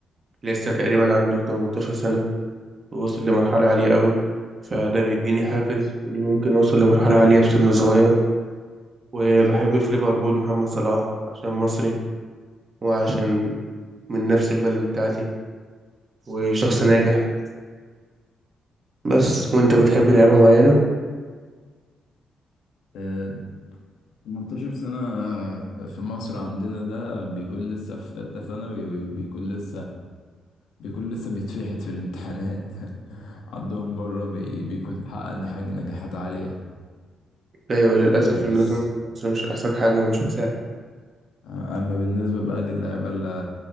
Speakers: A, on the right; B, on the left.
A: لسه تقريبا عنده 18 سنه ووصل لمرحلة عالية قوي فده بيديني حافز إني ممكن أوصل لمرحلة عالية في سن صغير وبحب في ليفربول محمد صلاح عشان مصري وعشان من نفس البلد بتاعتي وشخص ناجح بس وأنت بتحب لعبة معينة
B: آه، 18 سنة في مصر عندنا ده بيكون لسه في تالتة ثانوي وبيكون لسه بيكون لسه بيتفحت في الامتحانات <laughs> عندهم بره بي بيكون حقق حاجة نجاحات عالية
A: أيوة للأسف
B: كويس
A: النظام في مصر مش أحسن حاجة ومش مساعد
B: آه، أما بالنسبة بقى للعيبة اللي